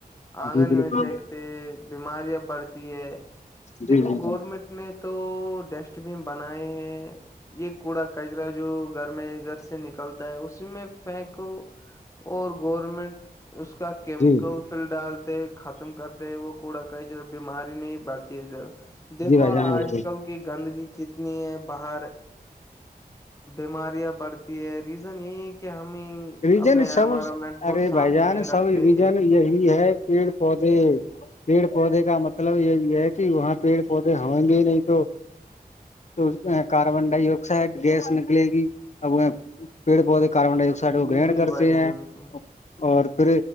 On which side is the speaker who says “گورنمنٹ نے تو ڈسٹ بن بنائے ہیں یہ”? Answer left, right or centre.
Left